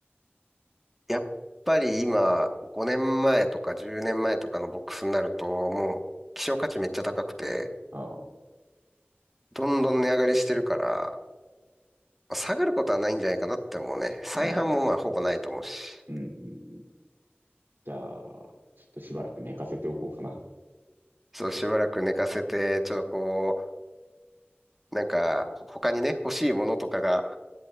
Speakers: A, in the centre; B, on the right (about 65°).
A: やっぱり今、5年前とか10年前とかのボックスになると、もう、希少価値めっちゃ高くて、
B: あ
A: どんどん値上がりしてるから、下がることはないんじゃないかなって思うね。再販もまあ、
B: あ、ああ。
A: ほぼないと思うし。
B: うん。じゃあ、ちょっとしばらく寝かせておこうかな。
A: そう、しばらく寝かせて、ちょっとこう、なんか、ほ他にね、欲しいものとかが